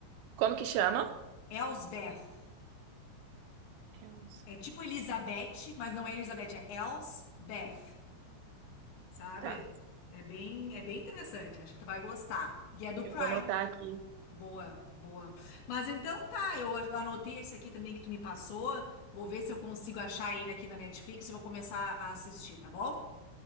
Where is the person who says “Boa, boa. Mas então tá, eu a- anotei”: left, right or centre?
Left